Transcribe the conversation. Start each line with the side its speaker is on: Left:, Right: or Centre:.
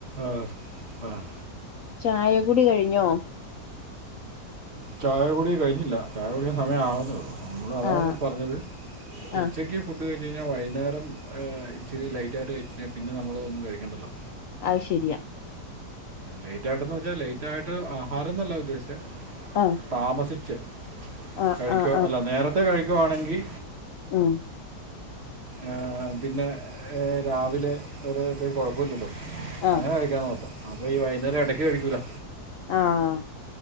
Right: ആഹ്‌ ആഹ്‌
Left: ചായകുടി കഴിഞ്ഞോ
Right: ചായ കുടി കഴിഞ്ഞില്ല ചായ കുടിക്കാൻ സമയം ആവുന്നേ ഉള്ളൂ നമ്മള് അതാണ്
Left: ആഹ്
Right: പറഞ്ഞത് ഉച്ചക്ക്
Left: ആഹ്
Right: ഫുഡ് ഫുഡ് കഴിച്ച് കഴിഞ്ഞ വൈന്നേരം ആ ഇച്ചിരി ലൈറ്റായിട്ട് കഴിച്ച് കഴിഞ്ഞ പിന്നെ നമ്മൾ ഒന്നും കഴിക്കണ്ടല്ലോ
Left: അഹ് ശെരിയാ
Right: ലേറ്റ് ആയിട്ടെന്ന് വെച്ചാ ലേറ്റായിട്ട് ആഹാരംന്നല്ല ഉദ്ദേശിച്ചേ
Left: ആഹ്
Right: താമസിച്ച്
Left: ആഹ്
Right: കഴിക്കുവ
Left: ആഹ്
Right: അല്ല നേരത്തെ കഴിക്കുവാണെങ്കി
Left: ആം
Right: ഏഹ് പിന്നെ ഏഹ് രാവിലെ വേറെത്തെ കൊഴപ്പം ഇല്ലല്ലോ
Left: ആഹ്
Right: അങ്ങനെ കഴിക്കാൻ നോക്കാം അപ്പൊ ഈ വൈകുന്നേരം ഇടയ്ക്ക് കഴിക്കൂല
Left: ആഹ്